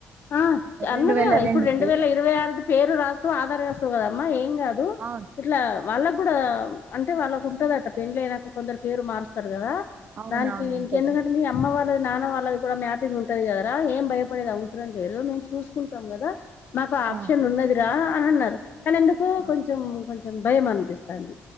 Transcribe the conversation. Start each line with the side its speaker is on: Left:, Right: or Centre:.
Left: ఆ అన్నది
Right: రెండు వేల
Left: గదా
Right: రెండుకి
Left: ఇప్పుడు రెండు వేల ఇరవై ఆరుది పేరు రాస్తవ్ ఆధార్ రాస్తవు కదమ్మ ఏం గాదు
Right: అవును
Left: ఇట్లా వాళ్ళగ్గుడా అంటే వాళ్ళకు ఉంటదట పెళ్ళ అయినాక కొందరు పేరు మారుస్తారు గదా
Right: అవునవును
Left: దానికి ఇనికి
Right: ఉంటదండి
Left: ఎందుకంటే మీ అమ్మ వాళ్ళది నాన్న వాళ్ళది కూడా మ్యాపింగ్ ఉంటది గదరా ఏం భయపడేది అవస్ స్రం లేదు మేము చూసుకుంటాం గదా మాక ఆప్షన్
Right: ఆ
Left: ఉన్నది రా అని అన్నరు కనెందుకో
Right: ఆ
Left: కొంచెం కొంచెం భయం అనిపిస్తంది